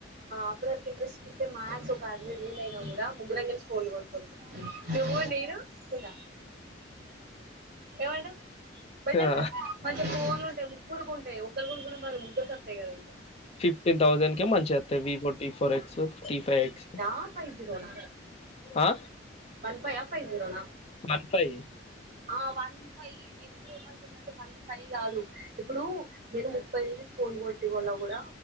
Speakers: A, on the right; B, on the left.
A: అప్పటి వరకు ఇంట్రెస్ట్ ఇస్తే మ్యాక్స్ ఒక అరవై వేలు అయినా కూడా ముగ్గురం కలిసి ఫోన్ కొనుక్కుందాం నువ్వు నేను మున్నా ఏమంటార్ బెటర్
B: ఆ
A: కదా ఫోన్లుంటాయి ముగ్గురుకుంటాయి ఒక్కరు కొనుక్కునే బదులు ముగ్గురుకి వస్తాయి కదా ఇంకా
B: ఫిఫ్టీన్ థౌజండ్ కే మంచిగ వస్తాయి V four T four X T five
A: fifty
B: X
A: ఆ ఫైవ్ జీరోనా
B: ఆ
A: వన్ ఫైవ్ ఆ ఫైవ్ జీరోనా
B: వన్ ఫైవ్
A: ఆ వన్ ఫైవ్ నేను కూడా ఏమను కున్న అంటే వన్ ఫైవ్ కాదు ఇప్పుడు నేను ముప్పై వేలు ఫోన్ గొట్టిల్ల కూడా